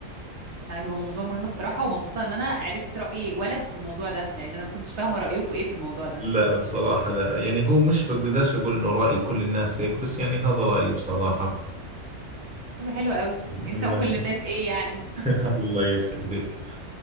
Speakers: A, on the right; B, in the centre.
A: لا هو موضوع مهم الصراحة ومبسوطة ان انا عرفت رأي ولد في الموضوع ده لان انا ما كنتش فاهمة رأيكم ايه في الموضوع ده
B: لا بصراحة لا يعني هو مش بقدرش أقول إنه رأي كل الناس هيك بس يعني هذا رأيي بصراحة
A: طب حلو قوي انت
B: ما-
A: وكل الناس ايه يعني
B: <laughs> الله يسعدك